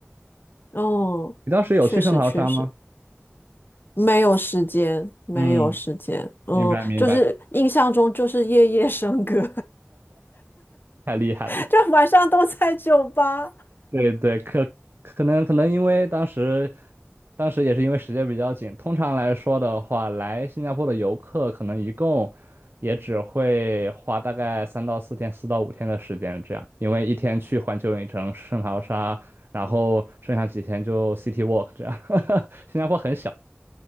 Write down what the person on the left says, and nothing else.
哦，
确实确实。没有时间，没有时间。
嗯，
就是印象中就是夜夜笙歌，
<laughs> 就晚上都在酒吧。